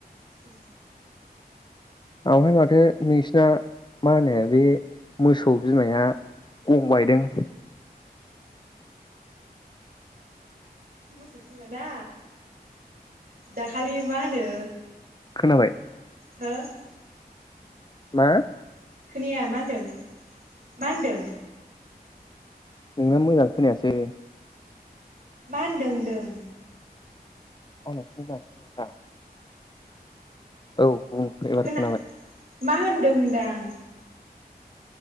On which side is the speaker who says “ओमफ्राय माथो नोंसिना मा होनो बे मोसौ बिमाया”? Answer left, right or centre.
Left